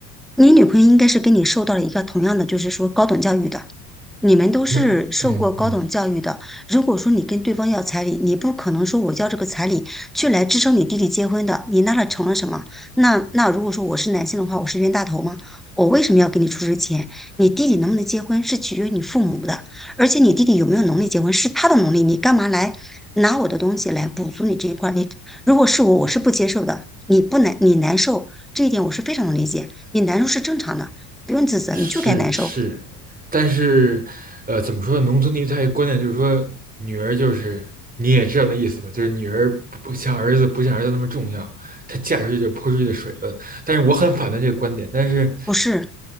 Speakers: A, in the centre; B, on the right (about 15°).
A: 你女朋友应该是跟你受到了一个同样的，就是说高等教育的。你们都是受过高等教育的，
B: 嗯嗯嗯。
A: 如果说你跟对方要彩礼，你不可能说我要这个彩礼去来支撑你弟弟结婚的，你那了成了什么？那那如果说我是男性的话，我是冤大头吗？我为什么要给你出这钱？你弟弟能不能结婚是取决于你父母的，而且你弟弟有没有能力结婚是他的能力，你干嘛来拿我的东西来补足你这一块儿你如果是我，我是不接受的。你不难，你难受这一点我是非常能理解，你难受是正常的，不用自责，
B: 是是，
A: 你就该难受，
B: 但是，呃，怎么说呢？农村地区它有观念就是说，女儿就是你也知道那意思吧，就是女儿不不像儿子不像儿子那么重要，她嫁出去就泼出去的水了。但是我很反对这个观点，但是，
A: 不是？